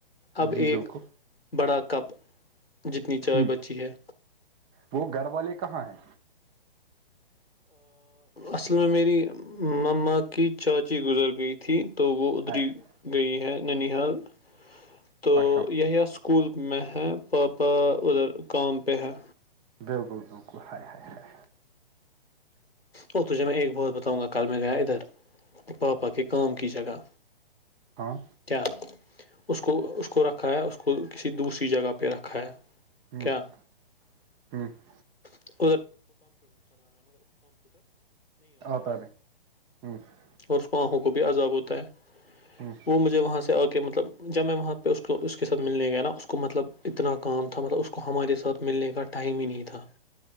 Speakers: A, on the left; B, on the right.
A: اب
B: جی
A: ایک
B: بالکل
A: بڑا کپ جتنی چائے
B: ہ
A: بچی ہے
B: وہ گھر والے کہاں ہیں
A: اصل میں میری مما کی چاچی گزر گئی تھی تو وہ ادھری
B: ہائے ہائے،
A: گئی ہیں ننال تو
B: اچھا
A: یہ اسکول میں ہے پاپا ادھر کام پہ ہے
B: بیو گ بو گو ہائے ہائے ہائے
A: او تجھے میں ایک بات بتاؤں گا کل میں گیا ادھر پاپا کے کام کی جگہ
B: ہاں
A: کیا اس کو اس کو اس کو رکھا ہے اس کو کسی دوسری جگہ پہ رکھا ہے
B: <unintelligible>
A: کیا <inaudible>
B: آتا نہیں ہ
A: اور خواہوں کو بھی عذاب ہوتا ہے
B: ہ
A: وہ مجھے وہاں سے آ کے مطلب جب میں وہاں پہ اس کو ا اس کے ساتھ ملنے گیا نا اس کو مطلب اتنا کام تھا مطلب اس کو ہمارے ساتھ ملنے کا <unintelligible>